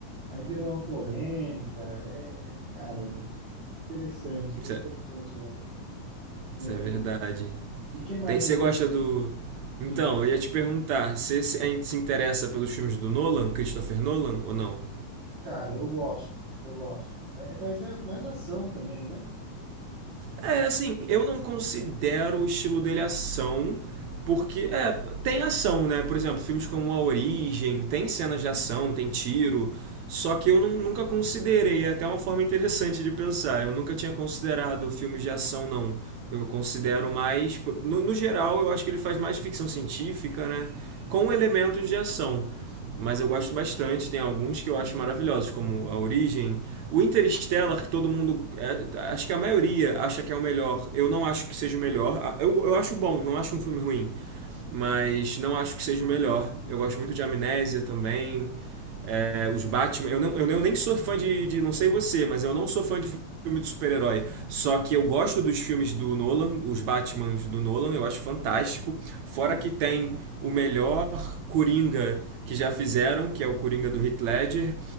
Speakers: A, on the right (about 30°); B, on the right (about 70°).
A: aí virou uma polêmica. É, cara, interessante,
B: isso
A: bem
B: é,
A: interessante, né?
B: isso é verdade.
A: E que mais
B: Tem, você
A: você tem?
B: gosta do.
A: Diga.
B: Então, eu ia te perguntar, você se, se interessa pelos filmes do Nolan, Christopher Nolan, ou não?
A: Cara, eu gosto, eu gosto. É, mas é mais ação também, né?
B: É, assim, eu não considero o estilo dele ação, porque é, tem ação, né? Por exemplo, filmes como A Origem, tem cenas de ação, tem tiro, só que eu nu- nunca considerei, é até uma forma interessante de pensar. Eu nunca tinha considerado filmes de ação, não. Eu considero mais. No, no geral, eu acho que ele faz mais ficção científica, né? Com elementos de ação mas eu gosto bastante. Tem alguns que eu acho maravilhosos, como A Origem. O Interstellar, que todo mundo. é, acho que a maioria acha que é o melhor. Eu não acho que seja o melhor. Ah, Eu, eu acho bom, não acho um filme ruim. Mas não acho que seja o melhor. Eu gosto muito de Amnésia também. É,
A: É bacana.
B: os Batman. Eu, não, eu, eu nem sou fã de, de. Não sei você, mas eu não sou fã de filme de super-herói. Só que eu gosto dos filmes do Nolan, os Batmans do Nolan, eu acho fantástico. Fora que tem o melhor Coringa que já fizeram, que é o Coringa do Heath Ledger.